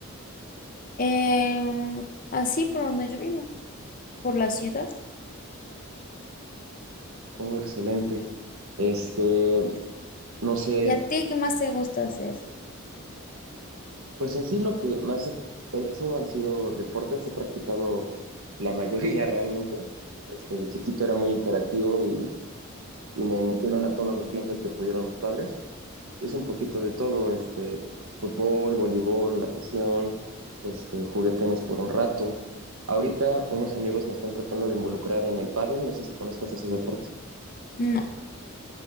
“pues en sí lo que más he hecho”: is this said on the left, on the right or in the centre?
Right